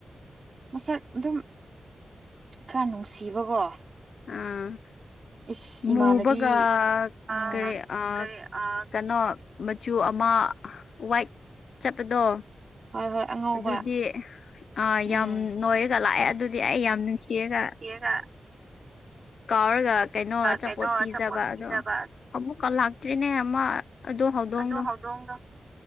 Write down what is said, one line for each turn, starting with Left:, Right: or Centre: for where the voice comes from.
Right: ꯃꯁꯛ ꯑꯗꯨꯝ ꯈꯔ ꯅꯨꯡꯁꯤꯕꯀꯣ
Left: ꯑꯥ
Right: ꯏꯁ ꯏꯃꯥꯟꯅꯕꯤ
Left: ꯃꯨꯕꯒ
Right: ꯑꯥ
Left: ꯀꯔꯤ ꯑ
Right: ꯀꯔꯤ ꯑꯥ
Left: ꯀꯩꯅꯣ ꯃꯆꯨ ꯑꯃ ꯋꯥꯏꯛ ꯆꯠꯄꯗꯣ
Right: ꯍꯣꯏ ꯍꯣꯏ ꯑꯉꯧꯕ
Left: ꯑꯗꯨꯗꯤ ꯑ ꯌꯥꯝ
Right: ꯎꯝ
Left: ꯅꯣꯏꯔꯒ ꯂꯥꯛꯑꯦ ꯑꯗꯨꯗꯤ ꯑꯩ ꯌꯥꯝ ꯅꯨꯡꯁꯤꯔꯒ
Right: ꯁꯤꯒ
Left: ꯀꯥꯎꯔꯒ ꯀꯩꯅꯣ ꯑꯆꯥꯄꯣꯠ
Right: ꯀꯩꯅꯣ
Left: ꯄꯤꯖꯕ
Right: ꯄꯤꯖꯕ
Left: ꯑꯗꯣ ꯑꯃꯨꯛꯀ ꯂꯥꯛꯇ꯭ꯔꯤꯅꯦ ꯑꯃ ꯑꯗꯨ ꯍꯧꯗꯣꯡꯗꯣ
Right: ꯑꯣ ꯍꯧꯗꯣꯡꯗꯣ